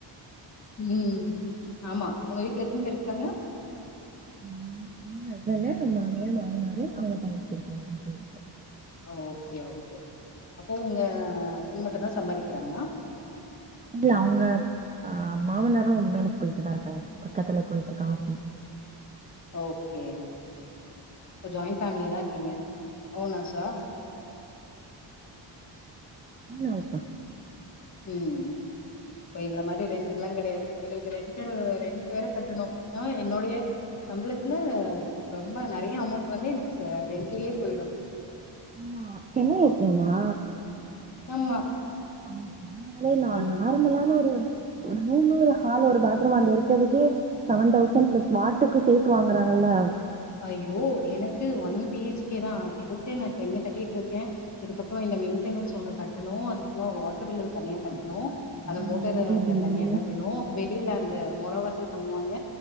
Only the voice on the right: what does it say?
நானு ஒன்னு எயே ஹஸ்பண்டு மாமியார் மாமனாரு அவங்க தங்கச்சி இருக்காங்க அஞ்சி பேர் வீட்ல
இல்ல அவுங்க அ மாமனாரு வேலைக்கு போயிட்டுதா இருக்காங்க பக்கத்துல போயிட்டு இருக்காங்க வாட்
ஓன் ஹவுஸ்தான
ஆமா சென்னையில இருக்கீங்ளா
ஆ சென்னை நாலே நா
நார்மலான ஒரு ஒரு ரூம் ஒரு ஹால் ஒரு பாத்ரூம் அந்த இருக்கறதுக்கு செவன் தௌசண்ட் பிளஸ் வாட்டருக்கு சேத்து வாங்குறாங்கல்ல
ஆமா
ஈபி பில்லு